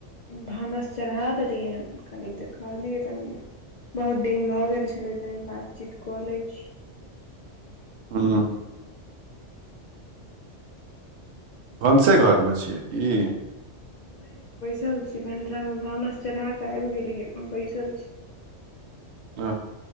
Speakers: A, on the left; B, on the right.
A: भानस चढ़ा देलियै हन कनि तऽ कहलियै कनि बहुत दिन भऽ गेल छले तनी बातचीत कऽ ले छी
B: हँ भनसेघरमे छियै कि
A: नहि बैसल छी भनसामे भानस चढ़ा कऽ आब गेलियै बैसल छी <inaudible>
B: ओ